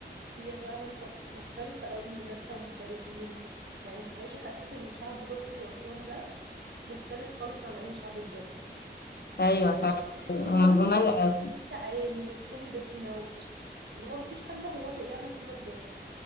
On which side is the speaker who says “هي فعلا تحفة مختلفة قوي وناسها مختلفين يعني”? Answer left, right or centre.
Right